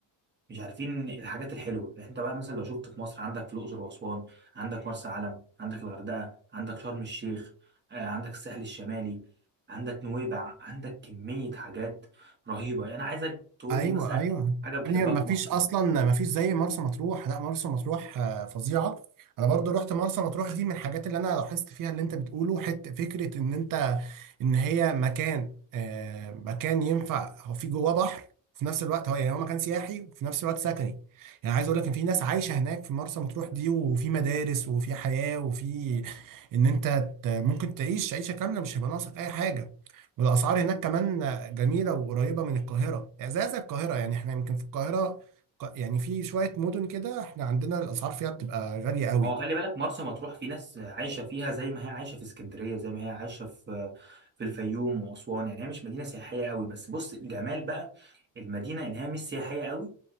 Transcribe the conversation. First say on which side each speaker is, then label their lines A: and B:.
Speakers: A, on the right; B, on the right.
A: مش عارفين الحاجات الحلوه يعني انت بقى مثلا لو شفت في مصر عندك في الاقصر واسوان عندك مرسى علم عندك الغردقه عندك شرم الشيخ آه، عندك الساحل الشمالي عندك نويبع عندك كميه حاجات رهيبه يعني انا عايزك تقول
B: ايوه
A: لي مثلا
B: ايوه
A: حاجه بتحبها
B: يعني ما
A: في
B: فيش
A: مصر
B: اصلا ما فيش زي مرسى مطروح لا مرسى مطروح آه، فظيعه انا برضو رحت مرسى مطروح دي من الحاجات اللي انا لاحظت فيها اللي انت بتقوله حته فكره ان انت ان هي مكان آه، مكان ينفع هو في جواه بحر في نفس الوقت هو يعني هو مكان سياحي وفي نفس الوقت سكني يعني عايز اقول لك ان في ناس عايشه هناك في مرسى مطروح دي وفي مدارس وفي حياه وفي ان انت ت- ممكن تعيش عيشه كامله مش هيبقى ناقصك اي حاجه والاسعار هناك كمان جميلة وقريبة من القاهرة يعني زي زي القاهرة يعني احنا يمكن في القاهرة ق- يعني في شوية مدن كده احنا عندنا الأسعار فيها بتبقى غالية قوي
A: هو خلي بالك مرسى مطروح في ناس عايشة فيها زي ما هي عايشة في اسكندرية زي ما هي عايشة في في الفيوم وأسوان يعني هي مش مدينة سياحية قوي بس بص الجمال بقى المدينة إن هي مش سياحية قوي